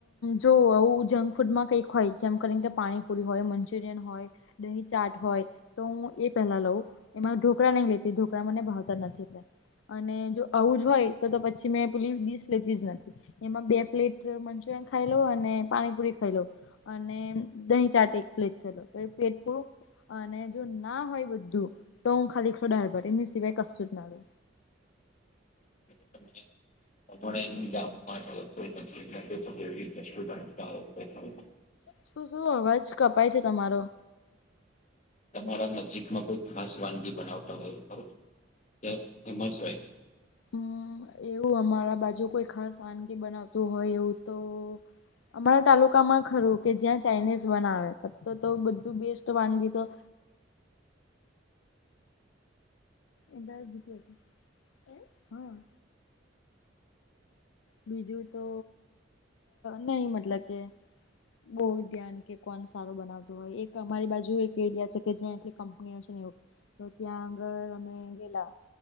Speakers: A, on the left (about 80°); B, on the left (about 40°).
A: જો આવું જંક ફૂડમાં કંઈક હોય જેમ કરીને કે પાણીપુરી હોય મંચુરિયન હોય. દહી ચાટ હોય તો હું એ પહેલા લઉં એમાં ઢોકા નહીં લેતી ઢોકળ મને ભાવતા નથી એ અને જો આવું જ હોય તો તો પછી મેં પેલી દીસ લેતી જ નથી એમાં બે પ્લેટ મંચુરિયન ખાઈ લો અને પાણીપુરી ખાઈ લો. અને દહીં ચાતે એક પ્લેટ થ તો પ્લેટ પૂ અને જો ના હોય બધું તો હું ખાલીલો દારભટીની સિવાય કશું જ ના લઉ.
B: તમને. આપ એમ જા તોઈ નથીવી રી
A: શું શું અવાજ કપાય છે તમારો
B: તમારા નજીકમાં કોઈ ખાસ વાનગી બનાવતા હોય ખરૂ હેમાંશભાઈ.
A: હમ એવું અમારા બાજુ કોઈ ખાસ વાનગી બનાવતું હોય એવું તો અમારા તાલુકામાં ખરું કે જ્યાં ચાાઈનીઝ બનાવે તો બધું બેસ્ટ વાનગી તો. એ બ જીતી છે એ હા. બીજું તો નહી મતલબ કે બહુ ધ્યાન કે કોણ સારું બનાવતું હોય એક અમારી બાજુ એક એરિયા છે કે જ્યાટલી કંપનીઓ છે નેવ. તો ત્યાં આગળ અમે ગેલા.